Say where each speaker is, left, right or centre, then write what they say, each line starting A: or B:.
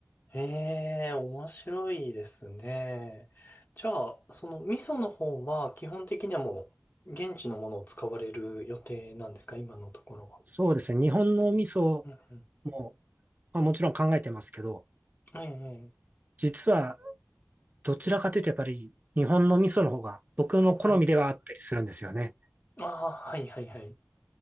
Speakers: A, on the left; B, on the right.
A: ええ、面白いですね。じゃあ、その味噌の方は基本的にはもう現地のものを使われる予定なんですか今のところは。
B: そうですね。日本の味噌
A: うんうん。
B: も、まあ、もちろん考えてますけど、
A: ええ、
B: 実はどちらかというとやっぱり日本の味噌の方が僕の好みではあったりするんですよね。
A: はい。ああ、はいはいはい。